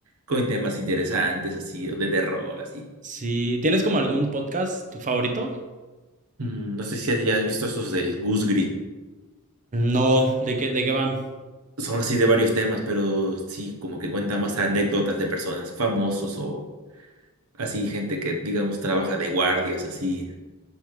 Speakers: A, on the right (about 70°); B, on the right (about 35°).
A: con temas interesantes así, o de terror así.
B: Sí, ¿tienes como algún podcast favorito?
A: Mm, no sé si has- ya has visto estos del Goose
B: No, ¿De qué, de qué van?
A: Son así de varios temas, pero sí, como que cuenta más anécdotas de personas, famosos o así, gente que, digamos, trabaja de guardias, así,